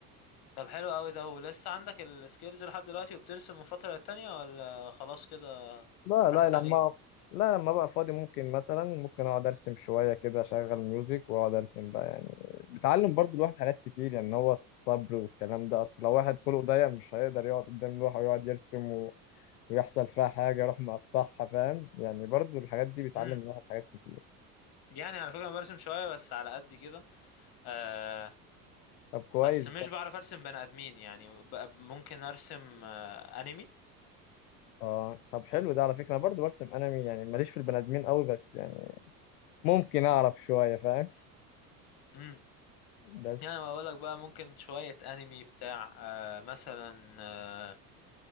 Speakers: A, on the left; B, on the left.
A: طب حلو قوي ده ولسه عندك السكيلز لحد دلوقتي وبترسم من فترة للتانية ولا خلاص كده
B: لا لا
A: راحت
B: لما
A: عليه
B: أقف- لا لما بقى فاضي ممكن مثلا ممكن اقعد ارسم شويه كده اشغل ميوزك واقعد ارسم بقى يعني بتعلم برضو الواحد حاجات كتير يعني هو الصبر والكلام ده اصل لو واحد خلقه ضيق مش هيقدر يقعد قدام لوحه ويقعد يرسم ويحصل فيها حاجة أروح مقطعها فاهم يعني برضو الحاجات دي بتعلم
A: امم
B: الواحد حاجات كتير
A: يعني على فكرة أنا برسم شوية بس على قد كده آه
B: طب كويس
A: بس مش
B: ده
A: بعرف ارسم بني ادمين يعني ب- ممكن ارسم آه انمي
B: آه طب حلو ده على فكرة أنا برضو برسم أنمي يعني ماليش في البني آدمين قوي بس يعني ممكن أعرف شوية فاهم
A: امم
B: بس
A: يعني بقول لك بقى ممكن شوية انمي بتاع آه مثلا آه